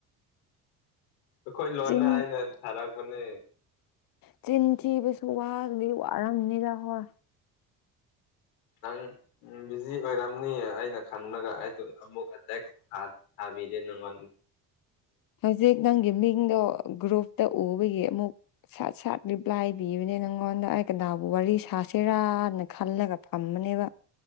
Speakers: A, on the left; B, on the left.
A: ꯑꯩꯈꯣꯏ ꯂꯣꯟꯅ
B: ꯆꯤꯟ
A: ꯑꯩꯅ ꯊꯥꯔꯛꯄꯅꯦ
B: ꯆꯤꯟꯊꯤꯕꯁꯨ ꯋꯥꯗꯤ ꯋꯥꯔꯝꯅꯤꯔ ꯋꯥ
A: ꯑꯪ ꯎꯝ ꯕꯤꯖꯤ ꯑꯣꯏꯔꯝꯅꯤ ꯑꯩꯅ ꯈꯟꯕꯒ ꯑꯩꯗ ꯑꯃꯨꯛꯀꯦꯛ ꯊ ꯊꯥꯕꯤꯗ ꯅꯉꯣ
B: ꯍꯧꯖꯤꯛ ꯅꯪꯒꯤ ꯃꯤꯡꯗꯣ ꯒ꯭ꯔꯨꯞꯇ ꯎꯕꯒꯤ ꯑꯃꯨꯛ ꯁꯠ ꯁꯠ ꯔꯤꯄ꯭ꯂꯥꯏꯕꯤꯕꯅꯦ ꯅꯪꯉꯣꯟꯗ ꯑꯩ ꯀꯅꯥꯕꯨ ꯋꯥꯔꯤ ꯁꯥꯁꯤ ꯁꯦꯔꯥꯟꯅ ꯈꯜꯂꯒ ꯐꯝꯕꯅꯦꯕ